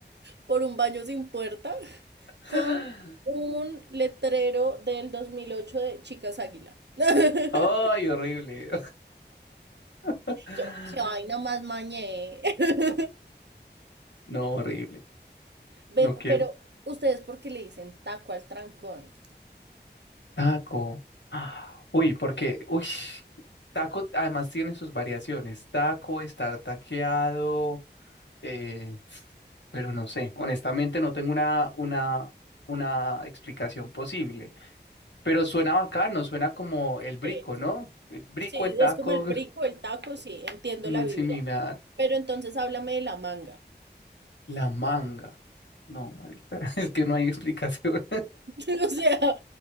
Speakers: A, on the right; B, on the left.
A: Por un baño sin puerta
B: <laughs>
A: con un letrero del 2008 de Chicas Águila. <laughs>
B: Ay, horrible. <laughs>
A: Yo, qué vaina más mañé. <laughs>
B: No, horrible.
A: Ven,
B: No quiero.
A: pero ustedes, ¿por qué le dicen taco al trancón?
B: Taco. Ah, Uy, porque, uy, taco además tiene sus variaciones. Taco, estar taqueado, eh, pero no sé. Honestamente, no tengo una, una, una explicación posible. Pero
A: Ok.
B: suena bacano, suena como el brico,
A: Sí,
B: ¿no? El brico,
A: sí,
B: el taco,
A: es como el brico,
B: <laughs>
A: el taco, sí, entiendo
B: muy
A: la vibra.
B: similar.
A: Pero entonces háblame de la manga.
B: La manga. No, marica, <laughs> es que no hay explicación.
A: <laughs> O sea,